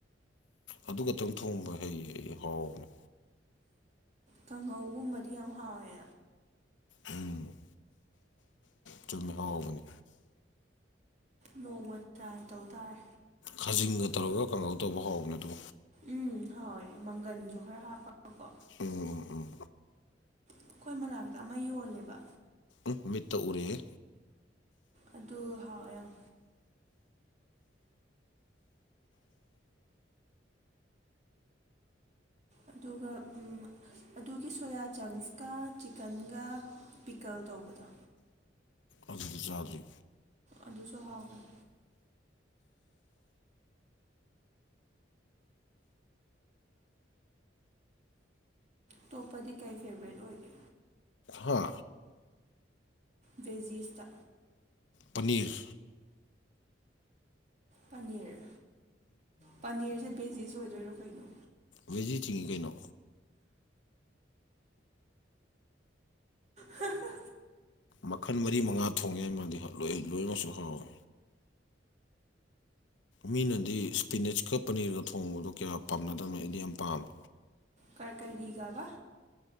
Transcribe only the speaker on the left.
ꯑꯗꯨ ꯈꯛꯇꯪ ꯊꯣꯡꯕ ꯍꯩ ꯑꯩ ꯍꯥꯎꯕꯅꯤ
ꯎꯝ ꯆꯨꯝꯃꯦ ꯍꯥꯎꯕꯅꯦ
ꯈꯥꯖꯤꯡꯒ ꯇꯧꯔꯒ ꯀꯥꯡꯉꯧ ꯇꯧꯕ ꯍꯥꯎꯕꯅꯦ ꯑꯗꯨ
ꯎꯝ ꯎꯝ ꯎꯝ
ꯎ ꯃꯤꯠꯇ ꯎꯔꯦꯍꯦ
ꯑꯗꯨꯗꯤ ꯆꯥꯗ꯭ꯔꯤ
ꯍꯥ
ꯄꯅꯤꯔ
ꯕꯦꯖꯤꯇꯔꯤꯅꯤ ꯀꯩꯅꯣ
ꯃꯈꯟ ꯃꯔꯤ ꯃꯉꯥ ꯊꯣꯡ ꯌꯥꯏ ꯃꯥꯗꯤ ꯂꯣꯏ ꯂꯣꯏꯅꯃꯛꯁꯨ ꯍꯥꯎꯋꯤ ꯃꯤꯅꯗꯤ ꯁ꯭ꯄꯤꯅꯤꯆꯀ ꯄꯅꯤꯔꯒ ꯊꯣꯡꯕꯗꯣ ꯀꯌꯥ ꯄꯥꯝꯅꯗꯕꯅꯦ ꯑꯩꯗꯤ ꯌꯥꯝ ꯄꯥꯝꯃꯦ